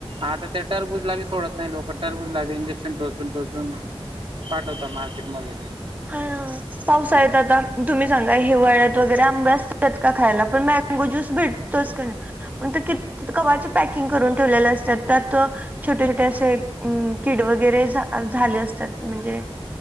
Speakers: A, on the right (about 65°); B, on the right (about 15°).
A: आता ते टरबुजला भी सोडत नाही लोक टरबुजला इंजेक्शन टोचून टोचून पाठवता मार्केटमध्ये,
B: हा पावसळात आता तुम्ही सांगा हिवाळ्यात वगैरे आंब्या असतात का खायला पण मगो ज्यूस भेटतोग क क्व्हा पॅकिंग करून ठेवले असतात त्यात छोटे छोटे असे किड वगैरे झाले असतात म्हणजे